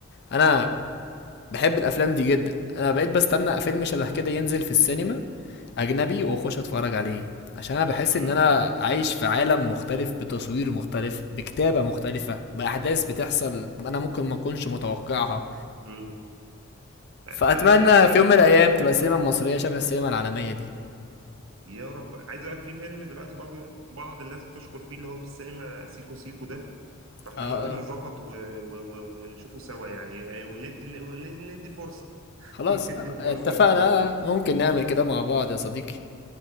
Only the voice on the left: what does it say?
انا بحب الافلام دي جدا انا بقيت بستنى فيلم شبه كده ينزل في السينما اجنبي واخش اتفرج عليه عشان انا بحس
ان انا عايش في عالم مختلف بتصوير مختلف بكتابه مختلفه باحداث بتحصل انا ممكن ما اكونش متوقعها
فاتمنى
في
يوم من الايام تبقى السينما المصريه شبه السينما العالميه دي
اه اه
خلاص
اتفقنا
ممكن نعمل كده مع بعض يا صديقي